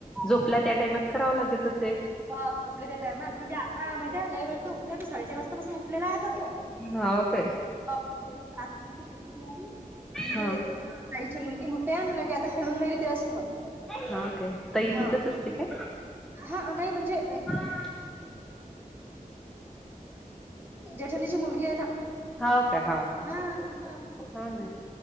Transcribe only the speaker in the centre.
झोपला त्या टाइमात करावं लागत असेल
हा ओके
हा
ह काय तई
तिथंच असते काय
<inaudible>
होा का होा हो
हो
ना